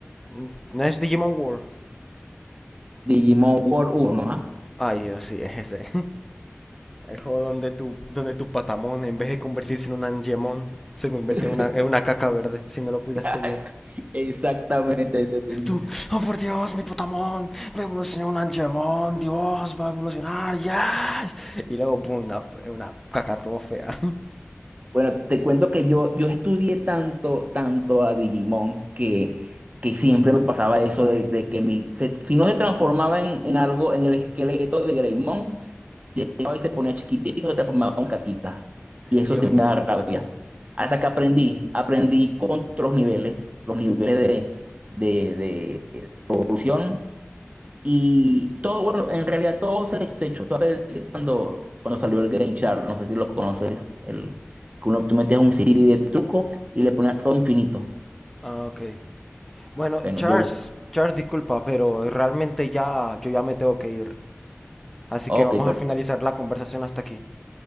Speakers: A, in the centre; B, on the right.
A: Mm, ¿No es Digimon World?
B: Digimon World uno ¿ah?
A: Ay, Dios, sí, <laughs> es ese. El juego donde tu, donde tu patamón, en vez de convertirse en un angemón, se convierte
B: <laughs>
A: en una, en una caca verde, si no lo cuidaste
B: <laughs>
A: bien.
B: Exactamente ese mismo.
A: Tú, oh por Dios, mi patamón, va a evolucionar un angemón, Dios, va a evolucionar, ya. Y luego, pum, una, una caca todo fea. <laughs>
B: Bueno, te cuento que yo, yo estudié tanto, tanto a Digimon que, que siempre me pasaba eso de, de que mi, se- si no se transformaba en, en algo, en el esqueleto de Greymon, llegaba y se ponía chiquitito, se transformaba en caquita. Y eso
A: Dios
B: sí
A: mío.
B: me da rabia. Hasta que aprendí, aprendí con otros niveles, los niveles de, de, de evolución Y todo, bueno, en realidad todo se, se echó a perder cuando, cuando salió el Game Shark, no sé si lo conoces, el, que uno, tú metías un CD de truco y le ponías todo infinito.
A: Ah, ok. Bueno,
B: Bueno,
A: Charles,
B: yo,
A: Charles, disculpa, pero realmente ya, yo ya me tengo que ir. Así
B: ok,
A: que vamos
B: perfecto,
A: a finalizar la conversación hasta aquí.